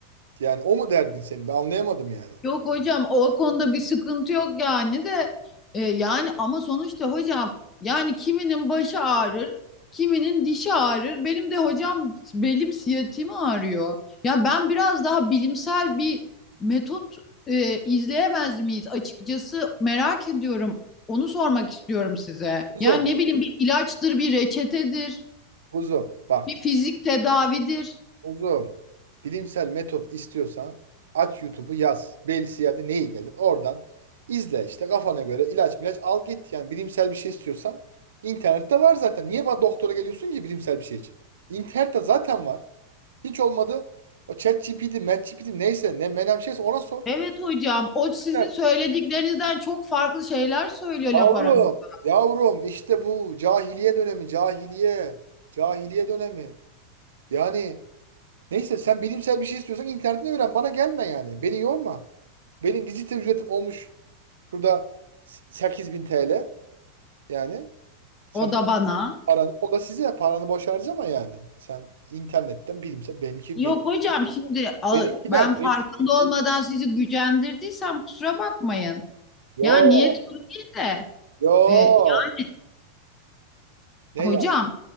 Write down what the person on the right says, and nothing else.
Yani o mu derdin senin? Ben anlayamadım yani.
Kuzum,
kuzum bak.
Uzun. Bilimsel metot istiyorsan aç YouTube'u yaz. Belsiyer'de neyi gelir? Oradan izle işte kafana göre ilaç milaç al git. Yani bilimsel bir şey istiyorsan internette var zaten. Niye bana doktora geliyorsun ki bilimsel bir şey için? İnternette zaten var. Hiç olmadı. O ChatGPT, MatGPT neyse ne menem şeyse ona sor.
Aynen.
Yavrum,
yavrum işte bu cahiliye dönemi, cahiliye, cahiliye dönemi. Yani Neyse sen bilimsel bir şey istiyorsan internetten öğren. Bana gelme yani. Beni yorma. Benim vizite ücretim olmuş burada şurada 8000 TL. Yani sen
paranı o da size paranı boş harcama yani. Sen internetten bilimsel benimki
benim,
benimkiler
benim,
yo
yo
ne
ya